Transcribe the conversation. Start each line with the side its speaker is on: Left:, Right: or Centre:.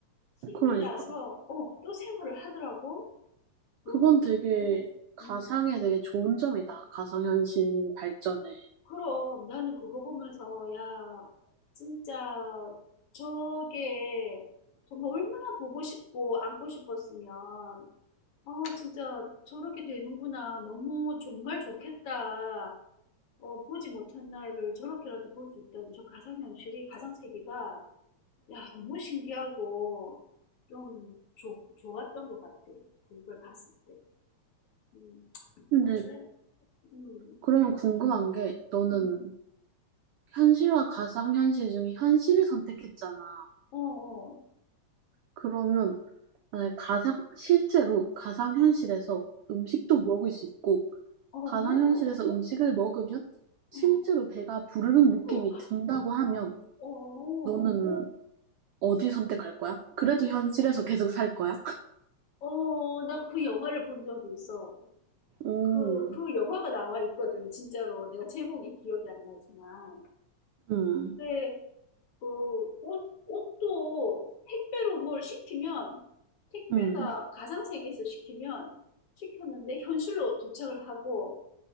Left: 힘이
Right: 그러니까.
Left: 맞아요. 나서 어, 또 생활을 하더라고. 너무
Right: 그건
Left: 좀
Right: 되게 가상에
Left: 음.
Right: 되게 좋은 점이다. 가상현실 발전에.
Left: 그럼 나는 그거 보면서 야, 진짜 저게 정말 얼마나 보고 싶고 안고 싶었으면 아, 진짜 저렇게 되는구나. 너무 정말 좋겠다. 어, 보지 못한 나이를 저렇게라도 볼 수 있다는 저 가상현실이, 가상세계가 야, 너무 신기하고 좀 좋 좋았던 것 같아. 그걸 봤을 때. 음,
Right: 근데
Left: 그런데, 그래. 음,
Right: 그러면 궁금한 게 너는
Left: 음,
Right: 현실과 가상현실 중에 현실을 선택했잖아.
Left: 어, 어,
Right: 그러면 아, 가상, 실제로 가상현실에서 음식도 먹을 수 있고,
Left: 어, 얼마나,
Right: 가상현실에서 음식을 먹으면 실제로
Left: 어,
Right: 배가 부르는 느낌이
Left: 그거.
Right: 든다고 하면
Left: 어, 어,
Right: 너는 어디 선택할 거야? 그래도 현실에서 계속 살 거야?
Left: 어, 나 그 영화를 본 적이 있어.
Right: 음,
Left: 그, 그 영화가 나와 있거든, 진짜로. 내가 제목이 기억이 안 나지만.
Right: 음,
Left: 근데, 그, 옷, 옷도 택배로 뭘 시키면, 택배가
Right: 음,
Left: 가상세계에서 시키면, 시켰는데 현실로 도착을 하고,